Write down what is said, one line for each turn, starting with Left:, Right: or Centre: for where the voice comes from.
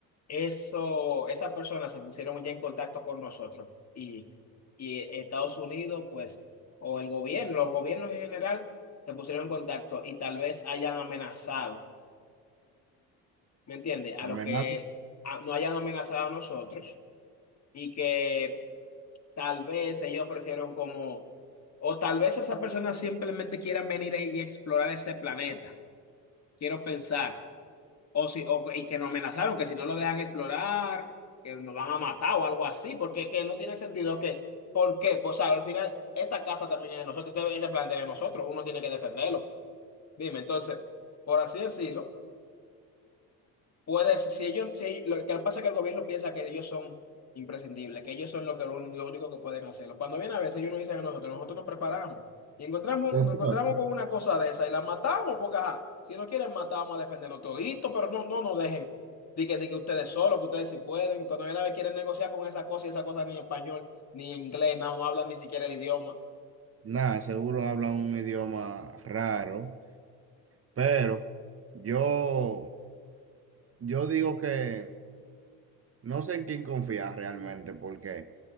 Left: eso, esas personas se pusieron ya en contacto con nosotros y, y Estados Unidos, pues, o el gobierno, los gobiernos en general, se pusieron en contacto y tal vez hayan amenazado, ¿me entiendes? A
Right: ¿Amenazas?
Left: lo que a- no hayan amenazado a nosotros y que tal vez ellos ofrecieron como, o tal vez esas personas simplemente quieran venir ahí y explorar ese planeta. Quiero pensar. O si, o, y que nos amenazaron que si no lo dejan explorar, que nos van a matar o algo así, porque que no tiene sentido que, ¿por qué? Pues ¿sabes? al final, esta casa también es de nosotros, este este planeta es de nosotros, uno tiene que defenderlo. Dime, entonces, por así decirlo. Puedes, si ellos, si, lo que pasa es que el gobierno piensa que ellos son imprescindibles, que ellos son lo, que, lo, lo único que pueden hacerlo. Cuando viene a veces ellos nos dicen a nosotros, nosotros nos preparamos y encontramos,
Right: Exacto.
Left: nos encontramos con una cosa de esa y la matamos, porque ajá, si no quieren matar, vamos a defendernos todito, pero no, no nos dejen. Di que, di que ustedes solos, que ustedes sí pueden. Cuando viene a ver quieren negociar con esa cosa y esa cosa ni español, ni inglés, no, no hablan ni siquiera el idioma.
Right: Nada, seguro hablan un idioma raro, pero yo, yo digo que No sé en quién confiar realmente, porque